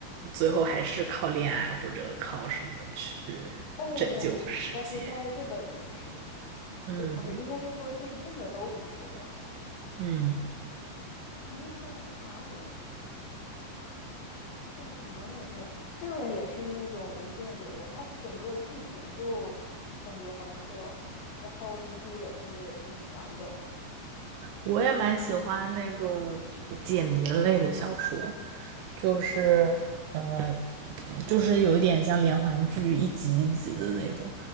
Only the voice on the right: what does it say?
最后还是靠恋爱或者靠什么去
拯救世界。嗯
嗯，
我也蛮喜欢那种解谜类的小说，就是呃，就是有一点像连环剧一集一集的那种。